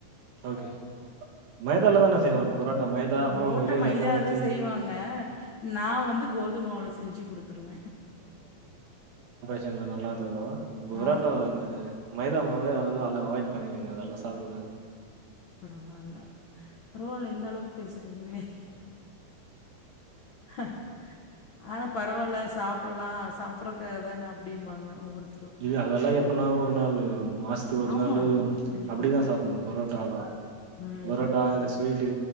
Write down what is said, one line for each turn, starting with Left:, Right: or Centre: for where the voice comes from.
Right: ஓகே மைதால தான செய்வாங்க பரோட்டா மைதா
Left: புரோட்ட
Right: அப்றோ வெறு
Left: மைதால
Right: எண்ணெ ஊத்தி
Left: தா செய்வாங்க நா வந்து கோதுமாவுள செஞ்சு குடுத்துருவ
Right: டைம்ல நல்லாதுதா புரோட்டா
Left: ஆ
Right: வந்து மைதா மாவுல இப்பவே அதுலா எல்லா அவாய்ட் பண்ணிடுங்க அதெல்லா சாப்டக் கூடாது
Left: பரவால்ல பரவால்ல இந்த அளவுக்கு பேசுறீங்களே அஹஹ <inaudible> ஆனா பரவால்ல சாப்புலா சாப்டறக்காக தான அப்படிம்பாங்க ஒவ்வொருத்
Right: இது அதெல்லா எப்பனா ஒரு நாளு மாசத்க்கு ஒரு
Left: ஆமாம்
Right: நாளு
Left: கண்டிப்பாக
Right: அப்டிதா சாப்புணு பரோட் டாலா
Left: ம்
Right: பரோட்டா இந்த ஸ்வீட்டு